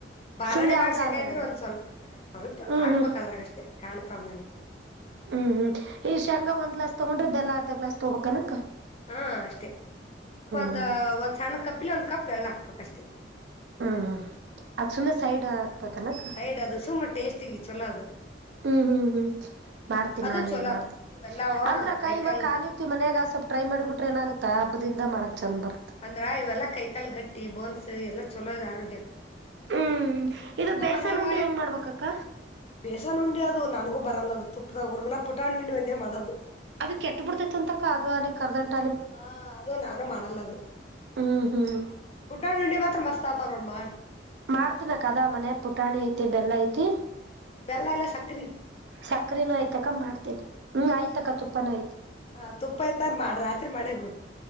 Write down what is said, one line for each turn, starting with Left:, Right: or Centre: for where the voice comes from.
Left: ಬಾರಣೆ
Right: ಸುಮ್ನೆ ಯಾವ್ದ
Left: ಬಾಗ ಶೇಂಗ
Right: ಅಲ್ಲ
Left: ಇದ್ರರು
Right: ನಂಗ
Left: ಒಂದ್ ಸ್ವಲ್ಪ ಸ್ವಲ್ಪ
Right: ಹ್ಮ್
Left: ಹಾಕ್ಬೇಕಾದ್ರಾಗಷ್ಟೆ
Right: ಹ್ಮ್
Left: ಕಾಣ್ತಾವನಂಗ
Right: ಹ್ಮ್ ಹ್ಮ್ ಈ ಶೇಂಗಾ ಒಂದ್ ಗ್ಲಾಸ್ ತಗೊಂಡ್ರದ್ದ ಎಲ್ಲ ಅರ್ಧ ಗ್ಲಾಸ್ ತಗೋಬೇಕ್ ಅನಕ್ಕ
Left: ಹಾ ಅಷ್ಟೇ ಒಂದು
Right: ಹ್ಮ್
Left: ಒಂದು ಸಣ್ಣ ಕಪ್ಪಿಲ್ಲೆ ಒಂದು ಕಪ್ ಎಳ್ಳು ಹಾಕ್ಬೇಕಷ್ಟೆ
Right: ಹ್ಮ್ ಹ್ಮ್ ಅದ್ ಸುಮ್ನೆ ಸೈಡ್ ಹಾಕ್ಬೇಕನಕ್ಕ
Left: ಸೈಡ್ ಅದು ಸುಮ್ಮ ಟೇಸ್ಟಿಗೆ ಚಲೋ ಅದ
Right: ಹ್ಮ್ ಹ್ಮ್ ಹ್ಮ್ ಹ್ಮ್ ಮಾಡ್ತೀನಿ
Left: ಅದು
Right: ನಾನನ್
Left: ಚಲೋ
Right: ಏನ್ ಮಾಡ್ತೀನಿ
Left: ಇವೆಲ್ಲವ
Right: ಅಂದ್ರಕ್ಕ
Left: ಕೈಕಾಲ್
Right: ಇವಾಗ ಕಾಲಿರ್ತಿ ಮನ್ಯಾಗ ಸ್ವಲ್ ಟ್ರೈ ಮಾಡ ಬಿಟ್ರ ಏನ ಆಗತ್ತ ಹಬ್ಬದಿಂದ ಮಾಡಕ್ ಚಂದ ಬರ
Left: ಅಂದ್ರ ಇವೆಲ್ಲಾ ಕೈಕಾಲ್ ಗಟ್ಟಿ ಬೋನ್ಸ್ ಎಲ್ಲಾ ಚಲೋ ಇದ ಆರೋಗ್ಯಕ್
Right: ಹ್ಮ್ ಇದು
Left: ನಿಮ್ಗೂ
Right: ಬೇಸನ್
Left: ಮನ್ಯಾಗ
Right: ಉಂಡಿ ಹೆಂಗ್ ಮಾಡ್ಬೇಕಕ್ಕ
Left: ಬೇಸನ್ ಉಂಡಿ ಅದು ನನಗೂಬ ಬರಲ್ಲದು ತುಪ್ಪದ ಊರ್ ದಿನ ಪುಟಾಣಂಡಿ ಒಂದೇ ಮಾಡೋದು
Right: ಅದ ಕೆಟ್ಟ ಬಿಡತೈತ್ ಅಂತ ಅಕ್ಕಾ ಅದು ಅಲ್ಲಿ ಕರ್ದಟ
Left: ಹಾ ಅದು ನಾನು ಮಾಡಣಲ್ಲದ
Right: ಹ್ಮ್ ಹ್ಮ್
Left: ಪುಟ್ಟಾಣಿ ಉಂಡಿ ಮಾತ್ರ ಮಸ್ತ್ ಆತವ ನೋಡ ಮಾಡ
Right: ಮಾಡ್ತಿನ ಅಕ್ಕ ದ ಮನೆ ಪುಟಾಣಿ ಐತಿ ಬೆಲ್ಲ ಐತಿ
Left: ಬೆಲ್ಲ ಅಲ್ಲಾ ಸಕ್ಕ್ರಿ
Right: ಸಕ್ರಿನ ಐಯ್ತ ಅಕ್ಕಾ ಮಾಡ್ತೀನಿ ಹ್ಮ್ ಆಯ್ತಕ ತುಪ್ಪಾನ ಐತಿ
Left: ಹ ತುಪ್ಪಾಐತಾ ಮಾಡಿ ರಾತ್ರಿ ಮಾಡೇ ಬಿಡು